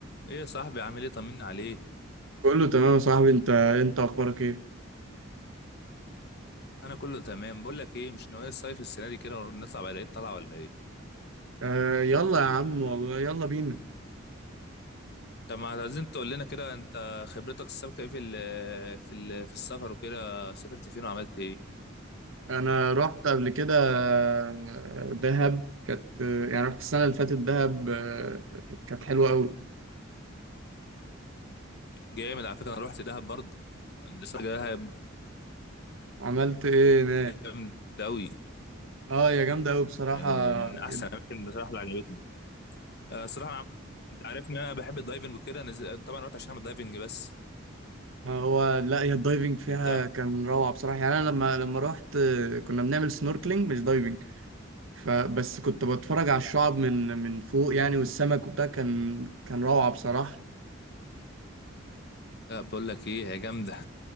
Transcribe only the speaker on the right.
كله تمام يا صاحبي انت انت اخبارك ايه
آه يلا يا عم والله يلا بينا
انا رحت قبل كده آه، دهب كانت آه، يعني رحت السنه اللي فاتت دهب آه، كانت حلوه قوي
عملت ايه هناك
اه يا جامده قوي بصراحه
جد.
هو لا هي الدايفنج فيها
كان روعه بصراحه يعني انا لما لما رحت آه، كنا بنعمل سنوركلينج مش دايفنج فبس كنت بتفرج على الشعاب من من فوق يعني والسمك وبتاع كان كان روعه بصراحه